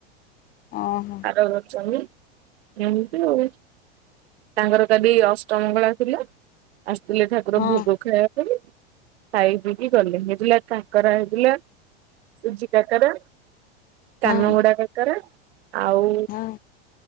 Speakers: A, on the left (about 30°); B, on the right (about 70°).
A: ଓହୋ
B: ଆଉ ଚା ଏମତି ତାଙ୍କର କାଲି ଅଷ୍ଟମଙ୍ଗଳା ଥିଲା ଆସିଥିଲେ ଠାକୁର
A: ହଁ
B: ଭୋଗ ଖାଇବା ପାଇଁ ଖାଇକକି ଗଲେ ହେଇଥିଲା ତାଙ୍କରା ହେଇ ସୁଜି କାକରା କାନ
A: ହଁ
B: ଗୁଡା କାକରା ଆଉ
A: ହଁ